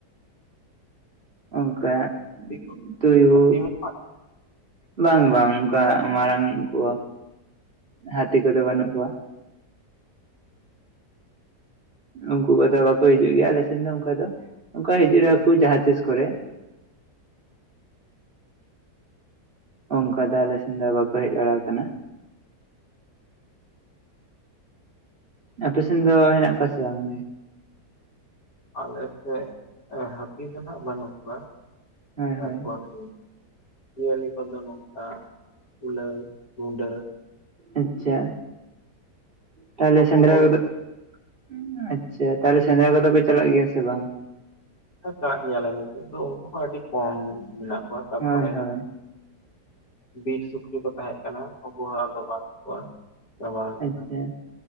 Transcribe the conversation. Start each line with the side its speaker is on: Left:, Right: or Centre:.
Right: ᱚᱝᱠᱟ
Left: ᱦᱟᱹᱛᱤ ᱠᱚ
Right: ᱛᱳᱭᱳ
Left: ᱦᱟᱹᱛᱤ ᱢᱟ
Right: ᱵᱟᱝ, ᱵᱟᱝ, ᱚᱝᱠᱟ ᱢᱟᱨᱟᱝ ᱠᱚ ᱦᱟᱹᱛᱤ ᱠᱚᱫᱚ ᱵᱟᱹᱱᱩᱜ ᱠᱚᱣᱟ᱾ ᱩᱱᱠᱩ ᱠᱚᱫᱚ ᱵᱟᱠᱚ ᱦᱤᱡᱩᱜ ᱜᱮᱭᱟ, ᱟᱞᱮ ᱥᱮᱱ ᱫᱚ, ᱚᱱᱠᱟ ᱫᱚ, ᱚᱱᱠᱟ ᱦᱤᱡᱩᱜ ᱨᱮᱦᱚᱠᱚ ᱡᱟᱦᱟᱸᱛᱤᱥ ᱠᱚᱨᱮ᱾ ᱚᱝᱠᱟ ᱫᱚ ᱟᱞᱮ ᱥᱮᱱ ᱫᱚ, ᱵᱟᱠᱚ ᱦᱮᱡ ᱵᱟᱲᱟ ᱠᱟᱱᱟ᱾ ᱟᱯᱮ ᱥᱮᱱ ᱫᱚ, ᱦᱮᱱᱟᱜ ᱠᱚᱣᱟ ᱥᱮ ᱵᱟᱝ?
Left: ᱟᱞᱮ ᱥᱮᱜ ᱦᱟᱹᱛᱤ ᱫᱚ ᱦᱟᱸᱜ, ᱵᱟᱹᱱᱩᱜ ᱠᱚᱣᱟ᱾
Right: ᱦᱳᱭ
Left: ᱛᱟᱨᱯᱚᱨ
Right: ᱦᱳᱭ
Left: ᱮ, ᱡᱤᱭᱟᱹᱞᱤ ᱠᱚ ᱫᱚ ᱱᱚᱝᱠᱟ, ᱠᱩᱞᱟᱹᱭ ᱨᱩᱰᱟᱹ᱾
Right: ᱟᱪᱪᱷᱟ, ᱛᱟᱦᱚᱞᱮ
Left: ᱱᱩᱠᱩ
Right: ᱥᱮᱸᱫᱽᱨᱟ
Left: ᱠᱚᱜᱮ
Right: ᱠᱚᱫᱚ ᱮᱸ ᱟᱪᱪᱷᱟ, ᱛᱟᱦᱚᱞᱮ ᱥᱮᱸᱫᱽᱨᱟ ᱠᱚᱫᱚ ᱯᱮ ᱪᱟᱞᱟᱜ ᱜᱮᱭᱟ ᱥᱮ ᱵᱟᱝ?
Left: ᱪᱟᱞᱟᱜ ᱜᱮᱭᱟᱞᱮ, ᱱᱤᱛᱚᱜ ᱫᱚ ᱩᱱᱠᱩ ᱦᱚᱸ ᱟᱹᱰᱤ ᱠᱚᱢ ᱢᱮᱱᱟᱜ ᱠᱚᱣᱟ᱾ ᱛᱟᱯᱚᱨᱮ
Right: ᱦᱳᱭ ᱦᱳᱭ
Left: ᱵᱤᱨ ᱥᱩᱠᱨᱤ ᱠᱚ ᱛᱟᱦᱮᱸᱜ ᱠᱟᱱᱟ, ᱩᱱᱠᱩ ᱦᱚᱸ ᱟᱫᱚ ᱵᱟᱹᱱᱩᱜ ᱠᱚᱣᱟ᱾ ᱪᱟᱵᱟ ᱟᱠᱟᱱᱟ
Right: ᱟᱪᱪᱷᱟ,